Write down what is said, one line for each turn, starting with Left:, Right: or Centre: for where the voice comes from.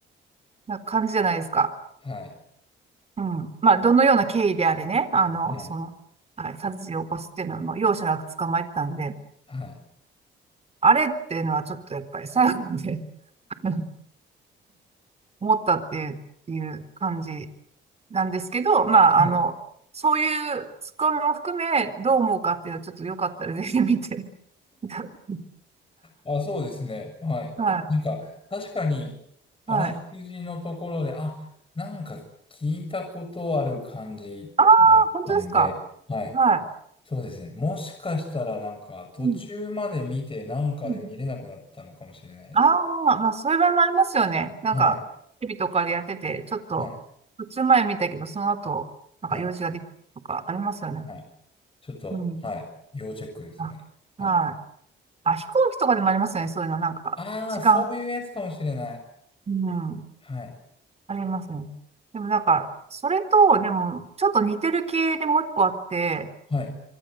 Right: な感じじゃないですか。
Left: はい。
Right: うん。まあ、どのような経緯であれね、あの、
Left: はい。
Right: その、はい殺人を起こすっていうのはもう容赦なく捕まえてたんで、
Left: はい。
Right: あれっていうのはちょっとやっぱり最後まで <laughs> 思ったっていう感じなんですけど、まあ、
Left: ね。
Right: あの、そういうツッコミも含め、どう思うかっていうのはちょっとよかったらぜひ見て。<laughs>
Left: あ、そうですね。はい。
Right: はい。
Left: なんか、確かに、あらすじのところで、
Right: はい。
Left: あ、なんか聞いたことある感じってねなったので、
Right: ああ、本当ですか。
Left: はい。
Right: は
Left: そうですね。もしかしたら、なんか、途中まで見て、
Right: い。うん。
Left: なんかで見れなくなったのかもしれないです。
Right: うんああ、まあ、そういう場合もありますよね。なんか、
Left: はい。
Right: テレビとかでやってて、ちょっと、
Left: はい。
Right: 途中前見たけど、その後、なんか用事ができるとかありますよね。
Left: はい。はいちょっと、
Right: うん。
Left: はい。要チェックですね。
Right: あ、
Left: はい。
Right: はい。あ、飛行機とかでもありますよね。そういうの、なんか、
Left: ああ、
Right: 時間、
Left: そういうやつかもしれない。
Right: うん。
Left: はい。
Right: ありますね。でもなんか、それと、でも、ちょっと似てる系でもう一個あって、
Left: はい。